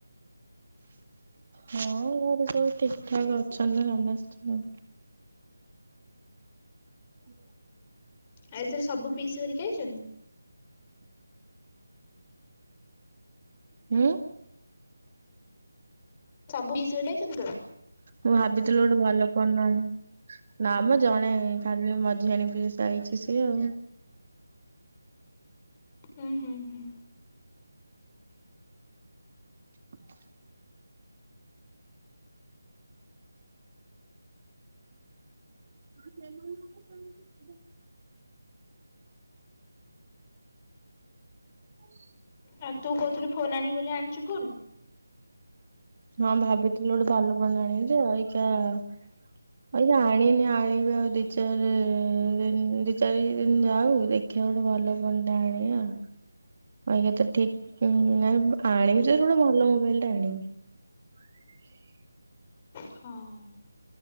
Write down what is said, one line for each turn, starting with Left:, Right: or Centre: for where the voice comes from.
Right: ହଁ ଘରେ ସବୁ ଠିକ ଠାକ ଅଛନ୍ତି ସମସ୍ତ। ହୁଁ।
Left: ଆଉ ଏଥିରେ ସବୁ ପିସି ଘରିକା ଆଇଛନ୍ତି?
Right: ହଁ।
Left: ସବୁ ପିସିି <unintelligible>
Right: ମୁଁ ଭାବିଥିଲି ଗୋଟେ ଭଲ ଫୋନ୍ ଆଣିବି। ନା ମ ଜଣେ ଖାଲି ମଝି ଆଣ ପିସି ହେଇଛି ସିଏ ଆଉ
Left: ହୁଁ ହୁଁ ହୁଁ।
Right: ହ <inaudible> ସେମାନଙ୍କ ପାଇଁ <unintelligible> <inaudible>
Left: ଆଉ ତୁ କହୁଥିଲୁ ଫୋନ ଆଣିବୁ ବୋଲି ଆଣିଛୁ ଫୋନ୍?
Right: ହଁ ଭାବିଥିଲୁ ଗୋଟେ ଭଲ ଫୋନ୍ ଆଣିବି ଯେ <unintelligible> ଏଇନା ଆଣିନି ଆଣିବି ଆଉ ଦି ଚାରି ଦ ଦି ଚାରି ଦିନ ଯାଉ, ଦେଖ ଦେଖିଆ ଗୋଟେ ଭଲ ଫୋନ ଟେ ଆଣିବି ଆଉ <unintelligible> ଅଇକ ତ ଠିକ ନାହି, ଆଣିବି ତ ଗୋଟେ ଭଲ ମୋବାଇଲ ଟା ଆଣିବି। <inaudible>
Left: ହଁ।